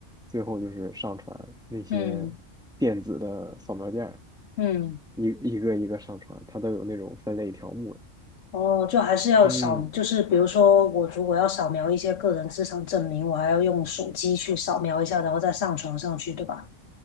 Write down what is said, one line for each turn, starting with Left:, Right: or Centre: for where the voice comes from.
Centre: 最后就是上传那些
Left: 嗯
Centre: 电子的扫描件儿，
Left: 嗯，
Centre: 一一个一个上传，它都有那种分类条目的
Left: 哦，就还是要扫，
Centre: 嗯，
Left: 就是比如说我如果要扫描一些个人资产证明，我还要用手机去扫描一下，然后再上传上去，对吧？